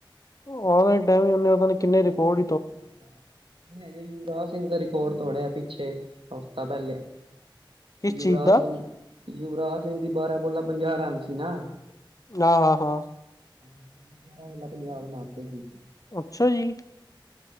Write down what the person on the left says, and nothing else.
ਉਹਦਾ ਟਾਈਮ ਹੀ ਹੁੰਦੇ ਉਹਦਾ ਕਿੰਨੇ
ਰਿਕਾਰਡ
ਕਿਸ
ਚੀਜ਼ ਦਾ
ਆ ਹਾਂ-ਹਾਂ।
ਅੱਛਾ ਜੀ।